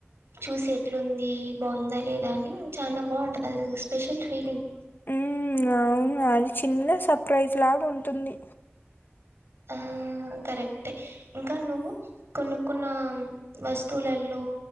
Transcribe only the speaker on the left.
ఉ అవును అది చిన్న సర్ప్రైజ్ లాగ ఉంటుంది